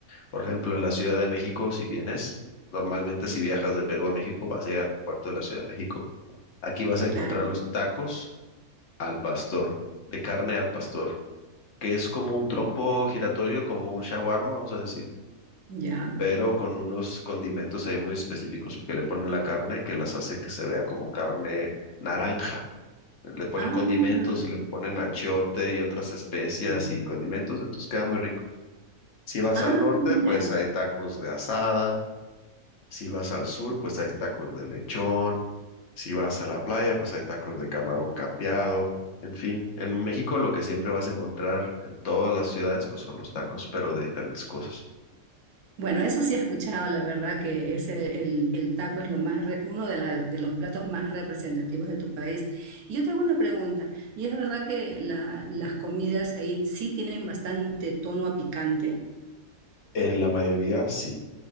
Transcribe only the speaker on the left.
Por ejemplo, en la Ciudad de México, si vienes, normalmente si viajas de Perú a México, vas a llegar al puerto de la Ciudad de México. Aquí vas a encontrar
los tacos al pastor, de carne al pastor, que es como un trompo
giratorio, como un shawarma, vamos a decir,
pero con unos condimentos ahí muy específicos que le ponen a la carne, que las hace que se vea como carne naranja. Le ponen
condimentos, le ponen achiote y otras especias
y condimentos, entonces queda muy rico. Si vas
al norte,
pues hay tacos de asada Si vas al sur, pues hay tacos de lechón. Si vas a la playa, pues hay tacos de camarón capeado. En fin, en México lo que siempre vas a encontrar en todas las ciudades, pues son los tacos, pero de diferentes cosas.
En la mayoría sí,